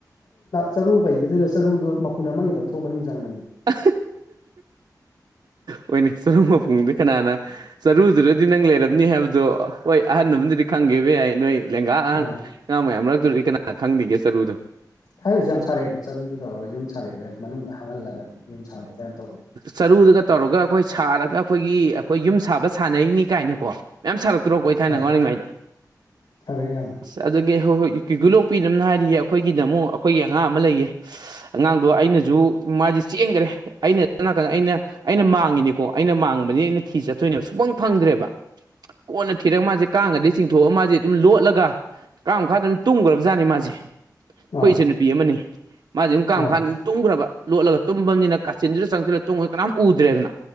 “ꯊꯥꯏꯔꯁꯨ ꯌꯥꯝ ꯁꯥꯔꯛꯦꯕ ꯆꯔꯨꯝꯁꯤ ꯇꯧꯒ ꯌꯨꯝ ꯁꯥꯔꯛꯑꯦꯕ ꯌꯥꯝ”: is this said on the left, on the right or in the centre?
Left